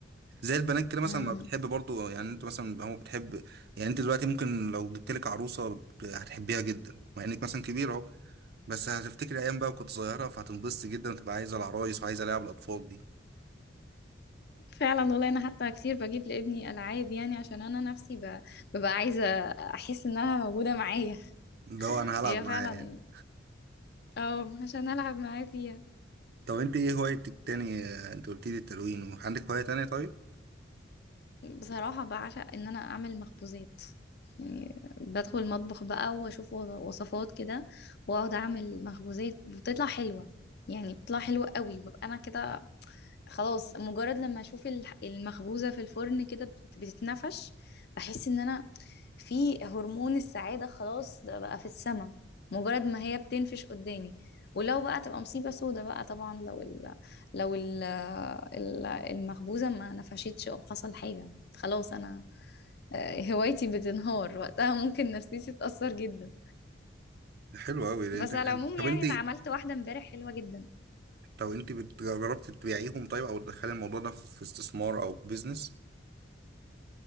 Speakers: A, on the right; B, on the left.
A: زي البنات كده مثلا
B: امم
A: ما بتحب برضو يعني انت مثلا هو بتحب يعني انت دلوقتي ممكن لو جبت لك عروسه هتحبيها جدا مع انك مثلا كبير بس هتفتكر ايام بقى كنت صغيره فهتنبسط جدا وتبقى عايزه العرايس وعايزه العب الاطفال دي
B: فعلا والله انا حتى كتير بجيب لابني العاب يعني عشان انا نفسي ب- ببقى عايزه احس انها موجوده معايا
A: ده هو انا هلعب
B: هي
A: معاه
B: فعلا
A: يعني
B: اه عشان العب معاه فيها
A: طب انت ايه هوايتك تاني آه، انت قلت لي التلوين وعندك هوايه تانية طيب
B: بصراحه بعشق ان انا اعمل مخبوزات يعني بدخل المطبخ بقى واشوف و- وصفات كده واقعد اعمل مخبوزات بتطلع حلوه يعني بتطلع حلوه قوي ببقى انا كده خلاص مجرد لما اشوف الح- المخبوزة في الفرن كده بت- بتتنفش بحس ان انا في هرمون السعادة خلاص ده بقى في السما مجرد ما هي بتنفش قدامي ولو بقى تبقى مصيبة سودة بقى طبعا لو ال لو ال ال- المخبوزة ما نفشتش او حصل حاجة خلاص انا آه، <laughs> هوايتي بتنهار وقتها ممكن نفسيتي تتأثر جدا
A: حلو قوي
B: بس
A: انت أنت-
B: على العموم
A: طب
B: يعني
A: انت
B: انا عملت واحدة امبارح حلوة جدا
A: طب انت بت- جربت تبيعيهم طيب او تدخلي الموضوع ده في في استثمار او بيزنس